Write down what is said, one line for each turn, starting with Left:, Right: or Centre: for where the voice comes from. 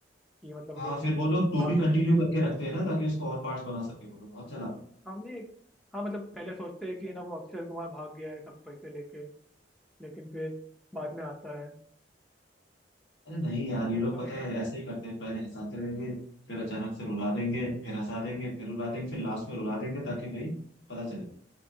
Centre: कि मतलब
Left: हाँ
Centre: वो
Left: फिर वो लोग टू
Centre: भाग
Left: भी कंटिन्यू
Centre: गया
Left: करके रखते हैं ना ताकि उसको और पार्ट्स बना सके वो लोग बहुत चलाते हैं
Centre: हमने हाँ मतलब पहले सोचते हैं कि है ना वो अक्षय कुमार भाग गया है सब पैसे लेके लेकिन फिर बाद में आता है
Left: अरे नहीं यार
Centre: तो
Left: ये
Centre: मतलब
Left: लोग पता है ऐसे ही करते हैं पहले हंसाते रहेंगे फिर अचानक से रुला देंगे फिर हंसा देंगे फिर रुला देंगे फिर लास्ट में रुला देंगे ताकि भाई पता चले